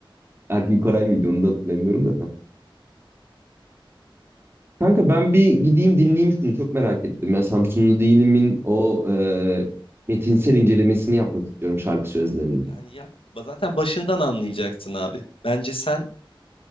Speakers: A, on the right; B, on the left.
A: Erkin Koray mıydı onu da hatırlamıyorum da tam. Kanka ben bir gideyim dinleyeyim şunu çok merak ettim. Ya Samsunlu Değilim'in o e, metinsel incelemesini yapmak istiyorum şarkı sözlerinin.
B: Yani yap. Zaten başından anlayacaksın abi. Bence sen